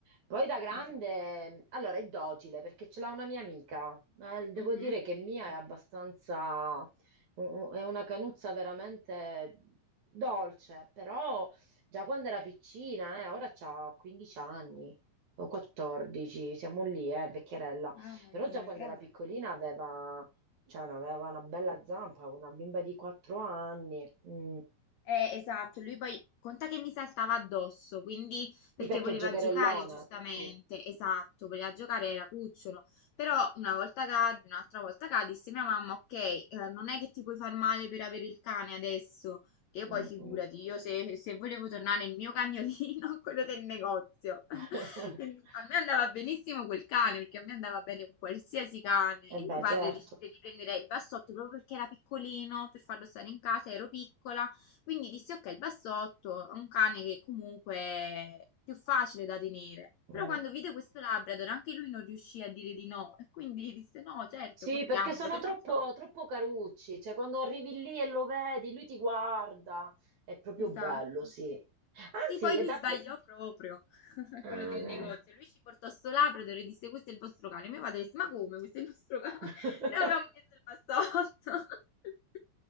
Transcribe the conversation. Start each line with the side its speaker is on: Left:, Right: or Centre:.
Right: poi da grande,
Left: esatto.
Right: allora è docile perché ce l'ha una mia amica. Eh, devo
Left: Mhm.
Right: dire che Mia è abbastanza, u- è una canuzza veramente dolce, però già quando era piccina, eh, ora ha 15 anni o 14, siamo lì, eh, vecchierella.
Left: Mamma
Right: Però
Left: mia,
Right: già quando
Left: grande.
Right: era piccolina aveva Cioè, no, aveva una bella zampa, una bimba di quattro anni. Mm.
Left: Eh, esatto, lui poi conta che mi saltava addosso, quindi perché
Right: Sì, perché
Left: voleva
Right: giocherellone,
Left: giocare giustamente,
Right: sì.
Left: esatto, voleva giocare era cucciolo, però una volta cadde, un'altra volta cadde, disse mia mamma, ok, eh, non è che ti puoi far male per avere il cane adesso, che io
Right: Mm,
Left: poi figurati,
Right: mm.
Left: io se, se volevo tornare il mio cagnolino, <laughs> quello del negozio, <laughs>
Right: <laughs>
Left: a me andava benissimo quel cane, perché a me andava bene qualsiasi cane,
Right: E
Left: e mio
Right: beh,
Left: padre
Right: certo.
Left: decise di prendere il bassotto proprio perché era piccolino, per farlo stare in casa, ero piccola. Quindi dissi, ok, il bassotto è un cane che comunque è più facile da tenere. Però
Right: Mm.
Left: quando vide questo Labrador, anche lui non riuscì a dire di no. E quindi disse, no, certo,
Right: Sì,
Left: portiamocelo,
Right: perché sono
Left: che
Right: troppo,
Left: facciamo?
Right: troppo carucci. Cioè, quando arrivi lì e lo vedi, lui ti guarda. È proprio
Left: Esatto.
Right: bello, sì. Anzi,
Left: Sì, poi
Right: è
Left: lui
Right: da
Left: sbagliò
Right: apprezzare.
Left: proprio, <laughs>
Right: Ah,
Left: quello del
Right: vedi.
Left: negozio. Lui ci portò sto Labrador e disse, questo è il vostro cane. Mio padre disse, ma come, questo è il nostro cane?
Right: <laughs>
Left: <laughs> Noi avevamo chiesto il bassotto. <laughs>